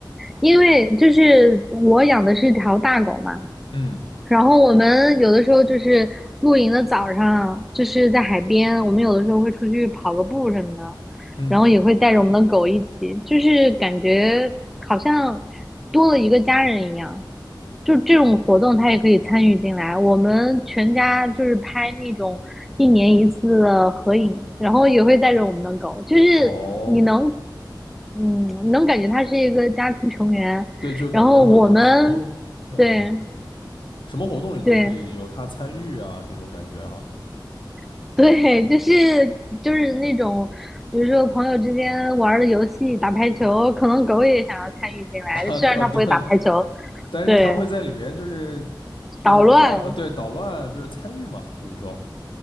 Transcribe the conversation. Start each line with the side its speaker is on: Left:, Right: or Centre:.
Centre: 因为就是我养的是条大狗嘛，
Left: 嗯
Centre: 然后我们有的时候就是露营的早上，就是在海边，我们有的时候会出去跑个步什么的，
Left: 嗯，
Centre: 然后也会带着我们的狗一起，就是感觉好像多了一个家人一样。就这种活动，它也可以参与进来。我们全家就是拍那种一年一次的合影，然后也会带着我们的狗，就是你能，
Left: 哦，
Centre: 嗯，能感觉他是一个家庭成员。
Left: 对，就感觉好像什么，
Centre: 然后我们，
Left: 嗯，
Centre: 对
Left: 什么活动里都可以有他参与啊，
Centre: 对，
Left: 这种感觉哈。
Centre: <laughs> 对，就是就是那种，比如说朋友之间玩儿的游戏，打排球，可能狗也想要参与进来，
Left: <laughs> 啊，
Centre: 虽然它不会打排球，
Left: 呃对，但是他会在里面就是
Centre: 对，
Left: 就是跳，
Centre: 捣乱，
Left: 呃，对，捣乱就是参与嘛，就是说